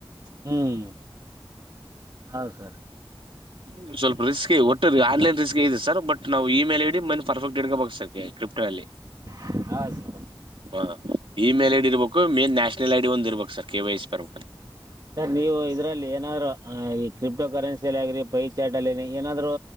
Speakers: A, on the right; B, on the right.
A: ಹ್ಮ್ ಹ ಸರ್
B: ಹ ಸ್ವಲ್ಪ ರಿಸ್ ಒಟ್ಟ ಆನ್ಲೈನ್ ರ್ ಇದೆ ಸರ್ ಬಟ್ ನಾವು ಇ ಮೇಲ್ ಐಡಿ ಮ ಪರ್ಫೆಕ್ಟ್ಡಕಬೇಕು ಸರ್ ಕ್ರಿಟ ಅಲ್ಲಿ
A: ಹ
B: ಹಾ ಇಮೇಲ್ ಐಡಿ ಇರ್ಬೇಕು ಮೇನ್ ನ್ಯಾಷನಲ್ ಐಡಿ ಒಂದ ಇರ್ಬೇಕು ಸರ್ ಕೆ ವೈ ಎಸ್ ಬರ್
A: ಸರ್ ನೀವು ಇದ್ರಲ್ಲಿ ಏನಾದ್ರು ಈ ಕ್ರಿಪ್ಟೋ ಕರೆನ್ಸಿಯಲ್ಲಿ ಆಗ್ರಿ ಪೈ ಚಾಟ್ ಅಲ್ಲಿ ಏನಾದ್ರು